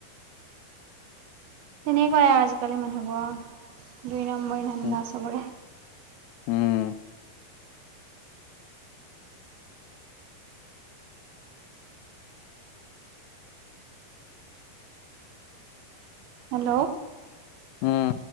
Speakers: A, on the right; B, on the left.
A: তেনেকুৱাই আৰু আজিকালি মানুহবোৰ আৰু দুই নম্বৰি ধান্দা
B: উম
A: চবৰে।
B: উম
A: হেল্ল'
B: উম